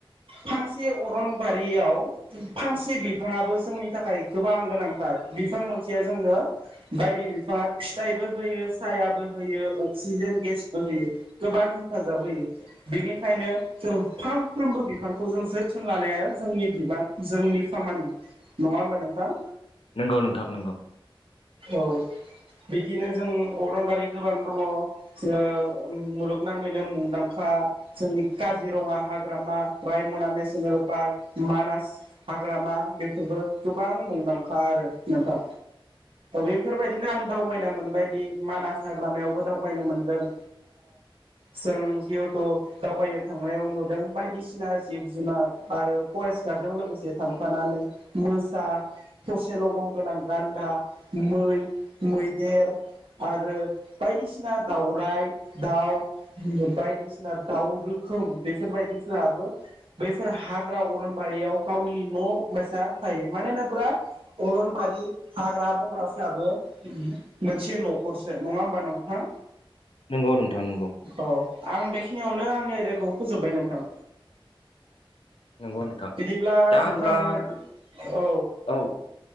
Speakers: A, on the right; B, on the left.
A: फांसे अरनबारियाव फांसे बिफाङाबो जोंनि थाखाय गोबां गोनांथार बिफां मोनसेया जोंनो बायदि बिफाङा फिथाइबो होयो सायाबो होयो अक्सिजेन गेसबो होयो गोबां हेफाजाब होयो बेनिखायनो जों फांफ्रोमबो बिफांखौ जों जोथोन लानाया जोंनि बिबां जोंनि खामानि नङा होमबा नों थां
B: नंगौ नोंथां नंगौ
A: औ बिदिनो जों अरनबारि गोबां दङ ओ मुलुगनाङैनो मुंदांखा जोंनि काजिरङा हाग्रामा रायमना नेसनेल पार्क मानास हाग्रामा बेफोरबो गोबां मुंदांखा आरो नोंथां बेफोर बायदिनो आं दावबायना मोनबायदि मानास हाग्रामायावबो दावबायनो मोनदों जों जिहेथु दावबायनो थांनायाव नुदों बायदिसिना जिब जुनार आरो फरेस्ट गार्डजों लोगोसे थांफानानै म ता थसेल' गं गोनां गान्दा मै मैदेर आरो बायदिसिना दाउराइ दाउ बायदिसिना दाउ रोखोम बेफोरबायदिफोराबो बैफोर हाग्रा अरनबारियाव गावनि न' बायसा थायो। होनोब्रा अरनबारि हाग्रा बंग्राफोराबो मोनसे न' खरसो नङा होमबा नंथां
B: नंगौ नोंथां नंगौ।
A: औ आं बेखिनि <unintelligible> आंनि आयदाखौ फोजोबबाय नोंथां।
B: नंगौ नोंथां
A: बिदिब्ला
B: दा
A: नोंथां
B: होनब्ला
A: औ
B: औ